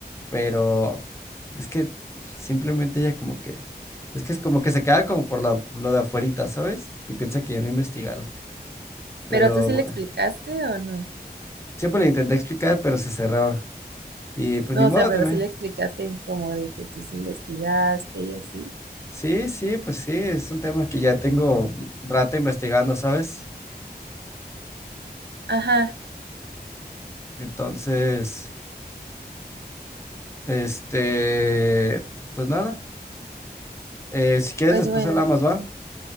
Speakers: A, on the left; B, on the right.
A: pero es que simplemente ella como que, es que es como que se queda como por la- lo de afuerita, ¿sabes? Y piensa que yo no he investigado, pero
B: Pero tú sí
A: bueno,
B: le explicaste o no?
A: siempre le intenté explicar, pero se cerraba. Y pues
B: No,
A: ni modo
B: o sea, pero
A: también.
B: sí le explicaste como de que tú sí investigaste y así.
A: Sí, sí, pues sí, es un tema que ya tengo un rato investigando, ¿sabes?
B: Ajá,
A: Entonces, este, pues nada. Eh, si quieres,
B: pues
A: después
B: bueno.
A: hablamos, ¿va?